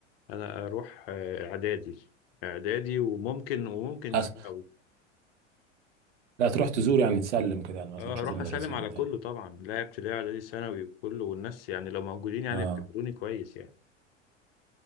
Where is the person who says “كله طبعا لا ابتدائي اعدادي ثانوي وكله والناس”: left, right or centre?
Left